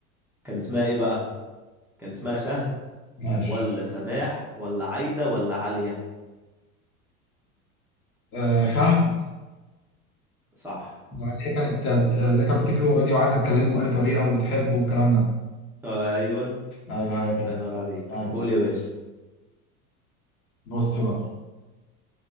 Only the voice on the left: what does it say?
ماشي
آه شهر
آه، اللي هي كانت بت... اللي كانت بتجري ورا دي وعايزه تكلمه باي طريقه وتحبه والكلام ده
ايوه هي دي
ايوه
بص بقى